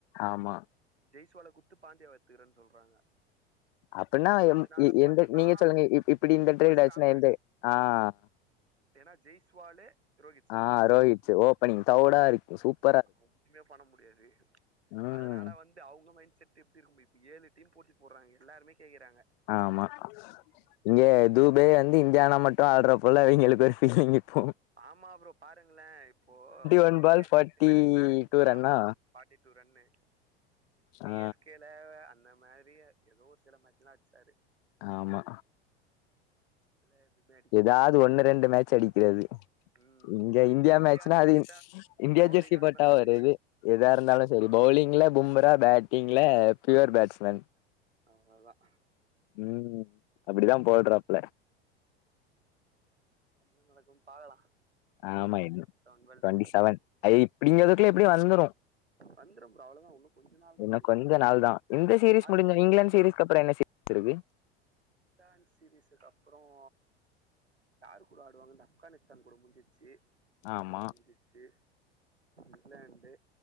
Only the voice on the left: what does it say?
ஆமா
அப்டின்னா
நீங்க சொல்லுங்க இப்படி இந்த
ட்ரேட்
ஆச்சுன்னா
எந்த அஹ
ஆஹ்
ரோஹித் ஓப்பனிங் பிரவுடா இருக்கும் சூப்
ம்
ஆமா இங்கே துபை வந்து இந்தியால மட்டும் ஆடுற போல இவங்களுக்கு ஒரு பீலிங் இருக்கும்
ஒன்
பால்
ஃபார்ட்டி
டூ
ரன்னா
ஆ
ஆமா
ஏதாவது ஒண்ணு ரெண்டு மேட்ச் அடிக்கிறது
இங்க
இந்தியா
மேட்சனா
அது இந்தியா
ஜெர்சி
போட்டா ஒரு
இது எதா இருந்தாலும்
செரி பவுலிங்ல பும்மபரா பேட்டிங்ல பியூர் பேட்ஸ்மேன்
உம் அப்டிதான் போட்றாப்பல
ஆமா
twenty
செவன் அ இப்படிங்கிறதுக்குல எப்படியும் வந்துரும்
இன்னும்
கொஞ்ச நாள் தான் இந்த சீரீஸ்
முடிஞ்சுரும் இங்கிலாந்து சீரீஸ் இதுக்கப்பறம் என்ன சேத்துகுறது
ஆமா